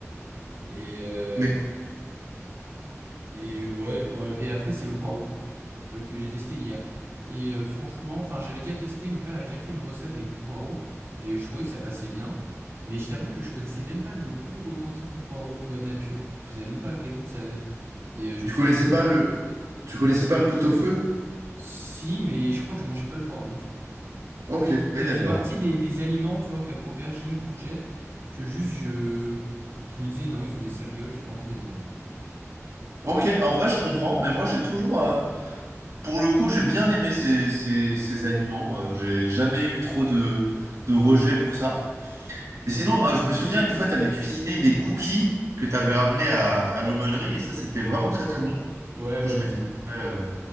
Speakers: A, on the right (about 55°); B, on the right (about 80°).
A: Et, euh,
B: Mais
A: Et ouais, euh, et après c'est le poireau euh, que j'ai testé hier. Et euh, franchement, enfin j'avais déjà testé, mon père a déjà fait une recette avec du poireau et je trouvais que ça passait bien. Mais je t'avoue que je connaissais même pas le goût authentique du poireau, tu vois, nature. Je savais même pas quel goût ça avait. Et euh, je
B: tu
A: me suis
B: connaissais
A: rendu compte.
B: pas le, tu connaissais pas le pot-au-feu?
A: Si, mais je crois que je mangeais pas le poireau, tu vois.
B: Ok, d'accord.
A: Ça faisait partie des, des aliments, tu vois, comme aubergines, courgettes, que juste je, je me disais non, ils ont des sales gueules, j'ai pas envie de les manger.
B: Ok, en vrai, je comprends, mais moi, j'ai toujours, euh, pour le coup, j'ai bien aimé ces, ces, ces aliments. Euh, j'ai jamais eu trop de, de rejet pour ça. Et sinon, euh, je me souviens une fois, tu avais cuisiné des cookies que tu avais ramenés à, à l'aumônerie et ça, c'était vraiment très très bon.
A: Ouais,
B: Du coup,
A: ouais.
B: je m'étais dit, ouais, euh,